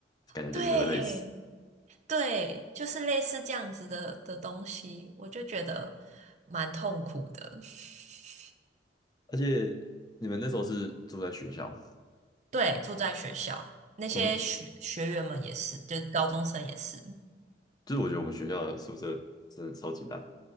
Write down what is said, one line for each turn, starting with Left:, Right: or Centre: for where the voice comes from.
Left: 感觉就是会累死。
Right: 对对，就是类似这样子的的东西，我就觉得蛮痛苦的。<laughs>
Left: 而且你们那时候是住在学校吗？
Right: 对，住在学校，那些学学员们也是，
Left: 我们
Right: 就是高中生也是。
Left: 就是我觉得我们学校的宿舍真的超级烂，